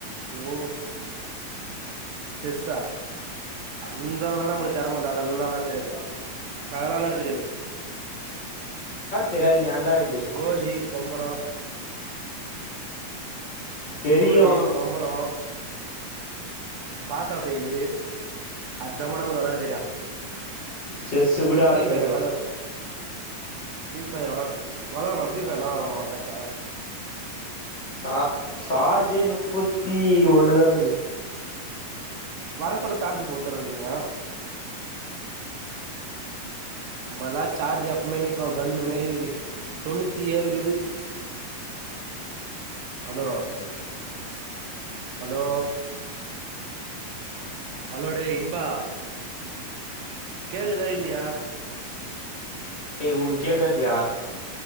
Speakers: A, on the right; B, on the left.
A: ஓ செஸ்ஸா அந்த வெளா நம்மளு தெறமல்ல அதெல்லா வெளாட தெரியாதுப்பா அதலா வெளாட தெரியாது
B: தெரியாதுன் ஏன்டா இப்
A: கோலி பம்பரொ
B: தெரியு
A: கோலி பம்பரொ பாஸா ஃபெயிலு அத்தாமா நம்மள் வெளாட தெரியு
B: செஸ்ஸு கூட
A: இல்ல
B: ஆட
A: ஃப்ரீஃபையர்
B: தெரியு
A: வெளாடுவெ ஃப்ரீ ஃபையர் வெளால் வெளாலாமா ஃப்ரீஃபயர்னா வெளாலாமா ஒரு மேட்ச்சா
B: ச சார்ஜே முப்பத்தி ஒ ன்னுதா இக்குது
A: வர சொல்ல சார்ஜு போட்டு வரதுமினியா நம்மள்லா சார்ஜு எப்பமே நிக்கு கன்னு மாரிகிது தொண்ணூத்தி ஏழுகுது ஹலோ ஹலோ ஹலோ டேய் இன்பா கேக்குதா இல்லியா
B: ஏ உனக் கேக்குதா இல்யா